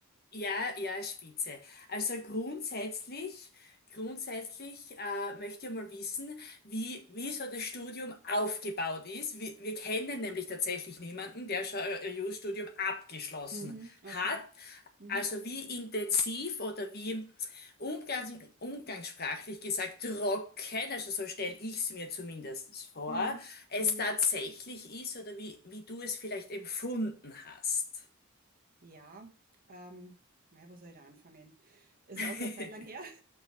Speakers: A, on the left; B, on the right.
A: Ja, ja, Spitze. Also grundsätzlich, grundsätzlich äh, möchte ich mal wissen, wie, wie so das Studium aufgebaut ist. Wir, wir kennen nämlich tatsächlich niemanden, der schon ein Jurastudium abgeschlossen
B: Mhm. Okay.
A: hat.
B: Mhm.
A: Also wie intensiv oder wie umgangs umgangssprachlich gesagt trocken, also so stelle ich es mir zumindest vor,
B: Mhm.
A: es
B: Mhm.
A: tatsächlich ist oder wie, wie du es vielleicht empfunden hast.
B: Ja, ähm, mei, wo soll ich da anfangen? Ist
A: <laughs>
B: auch schon eine Zeit lang her. <laughs>